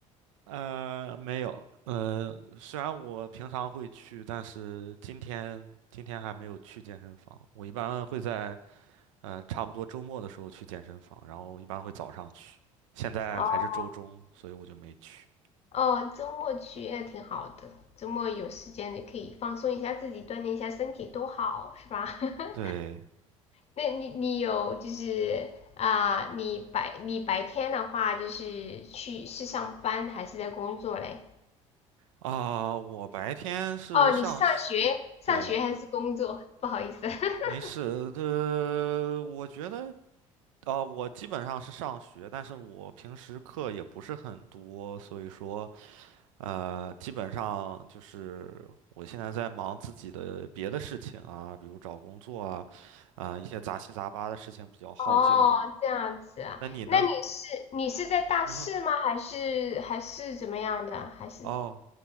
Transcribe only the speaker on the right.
呃，没有，呃，虽然我平常会去，但是今天今天还没有去健身房。我一般会在。嗯、差不多周末的时候去健身房，然后一般会早上去。现在还是周中，
所以我就没去。
对
啊、我白天是上，
学，对，
没事。呃，我觉得啊、我基本上是上学，但是我平时课也不是很多，所以说呃，基本上就是我现在在忙自己的别的事情啊，比如找工作啊，啊、一些杂七杂八的事情比较耗精力。
那你呢？
嗯哼。
哦，